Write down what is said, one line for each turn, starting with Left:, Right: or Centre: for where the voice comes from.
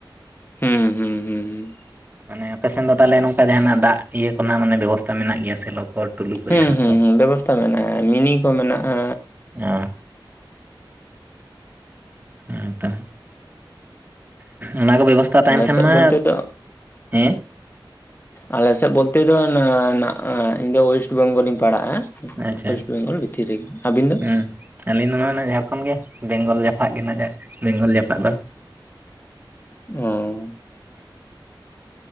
Left: ᱦᱩᱸ ᱦᱩᱸ ᱦᱩᱸ ᱦᱩᱸ
Right: ᱢᱟᱱᱮ ᱟᱯᱮᱥᱮᱱ ᱫᱚ ᱛᱟᱦᱚᱞᱮ ᱱᱚᱝᱠᱟ ᱡᱟᱦᱟᱱᱟᱜ ᱫᱟᱜ ᱤᱭᱟᱹ ᱠᱚᱨᱮᱱᱟᱜ ᱢᱟᱱᱮ ᱵᱮᱵᱚᱥᱛᱟ ᱢᱮᱱᱟᱜ ᱜᱮᱭᱟ ᱥᱮᱞᱚ‌ ᱠᱚ ᱴᱩᱞᱩ ᱠᱚ
Left: ᱦᱩᱸ
Right: ᱡᱟᱦᱟᱱᱟᱜ
Left: ᱦᱩᱸᱸ
Right: ᱠᱚ
Left: ᱵᱮᱵᱚᱥᱛᱟ ᱢᱮᱱᱟᱜᱼᱟ ᱢᱤᱱᱤ ᱠᱚ ᱢᱮᱱᱟᱜᱼᱟ
Right: ᱚ ᱦᱮᱸᱛᱚ ᱚᱱᱟ ᱠᱚ ᱵᱮᱵᱚᱥᱛᱷᱟ ᱛᱟᱦᱮᱸᱱ
Left: ᱟᱞᱮᱥᱮᱫ
Right: ᱠᱷᱟᱱ ᱢᱟ
Left: ᱵᱚᱞᱛᱮ ᱫᱚ
Right: ᱦᱮᱸ
Left: ᱟᱞᱮ ᱥᱮᱫ ᱵᱚᱞᱛᱮ ᱫᱚ ᱤᱧ ᱫᱚ ᱚᱭᱮᱥᱴ ᱵᱮᱝᱜᱚᱞᱤᱧ ᱯᱟᱲᱟᱜᱼᱟ
Right: ᱟᱪᱪᱷᱟ
Left: ᱚᱭᱮᱥᱴ ᱵᱮᱝᱜᱚᱞ ᱵᱷᱤᱛᱤᱨ ᱨᱮ ᱜᱮ ᱟᱹᱵᱤᱱ ᱫᱚ
Right: ᱦᱩᱸ ᱟᱹᱞᱤᱧ ᱫᱚ ᱱᱚᱣᱟ ᱡᱷᱟᱲᱠᱷᱚᱸᱰ ᱜᱮ ᱵᱮᱝᱜᱚᱞ ᱡᱟᱯᱟᱜ ᱜᱮ ᱱᱟᱜᱟᱨ ᱵᱮᱝᱜᱚᱞ ᱡᱟᱯᱟᱜ ᱫᱚ
Left: ᱚ